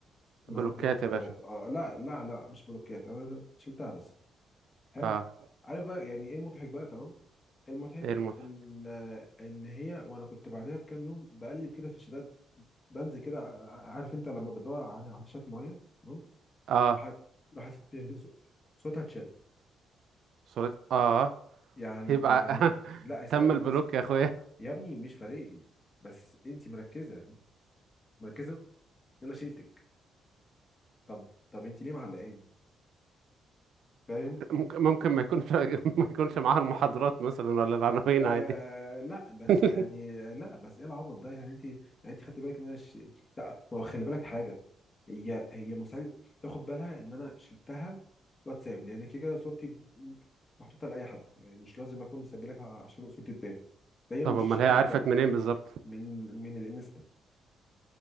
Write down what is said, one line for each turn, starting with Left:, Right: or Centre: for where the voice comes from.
Left: من
Right: بلوكات
Left: عندي هم
Right: يا
Left: الثلاثه
Right: باشا
Left: اه لا لا لا مش بلوكيات انا شلتها بس حلو
Right: اه
Left: عارف بقى يعني ايه المضحك بقى تمام المضحك
Right: ايه المضحك
Left: ان آه، ان هي وانا كنت بعدها بكام يوم بقلب كده في الشتات بنزل كده ع- ع- عارف انت لما بتدور على على شات معين تمام
Right: اه
Left: راحت راحت صوتها اتشالت
Right: صورة اه
Left: يعني
Right: يبقى
Left: يعني
Right: <laughs>
Left: لا استنى
Right: تم البلوك
Left: بس
Right: يا اخويا
Left: يا ابني مش فارق لي بس انت مركزه مركزه ان انا شيلتك طب طب انت ليه معلقاني فاهم
Right: ممكن ممكن ما يكونش <laughs> ما يكونش معاها المحاضرات مثلا ولا العناوين
Left: آه
Right: عادي
Left: لا بس
Right: <laughs>
Left: يعني لا بس ايه العبط ده يعني انت يعني انت خدت بالك ان انا ش... لا ما هو خلي بالك حاجه هي هي مساعد تاخد بالها ان انا شلتها واتساب لان كده كده صورتي ب- محطوطه لاي حد يعني مش لازم اكون مسجلك عشان صورتي تبان فهي
Right: طب
Left: مش
Right: امال
Left: هتاخد
Right: هي عرفت
Left: بالها
Right: منين بالظبط
Left: من من الانستا